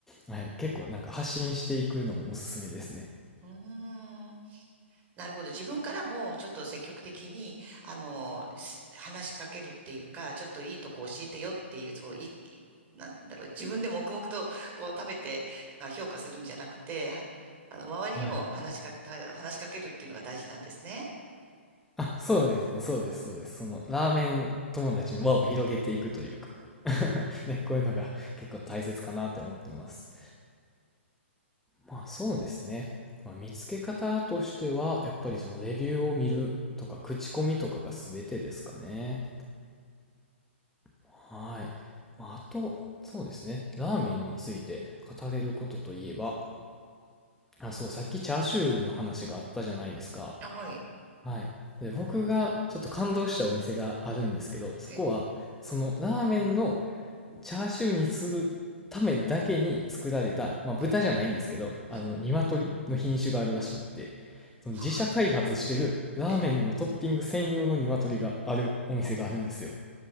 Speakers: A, in the centre; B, on the right (about 25°).
A: はい、結構なんか発信していくのもおすすめですね。
B: うーん。なるほど。自分からもちょっと積極的に、あの、す話しかけるっていうか、ちょっといいとこ教えてよっていう、そう、い、いなんだろう、自分で黙々とこう食べてまあ評価するんじゃなくて、はあの、周りにも話しかけた、
A: はい。
B: 話しかけるっていうのが大事なんですね。
A: あ、そうですね、そうです、そうです。その、ラーメン友達の輪を広げていくというか、<laughs> ね、こういうのが結構大切かなって思ってます。まあそうですね。まあ、見つけ方としては、やっぱりそのレビューを見るとか、口コミとかが全てですかね。はい。まあ、あと、そうですね。ラーメンについて語れることといえば、あ、そう、さっきチャーシューの話があったじゃないですか。
B: あ、はい。
A: はい。で、僕がちょっと感動したお店があるんですけど、そこは、
B: ええ、
A: そのラーメンのチャーシューにするためだけに作られた、まあ、
B: はい。
A: 豚じゃないんですけど、
B: はい。
A: あの、鶏の品種があるらしくって、その自社開発してるラーメンのトッピング専用の鶏があるお店があるんですよ。
B: <laughs> ええ。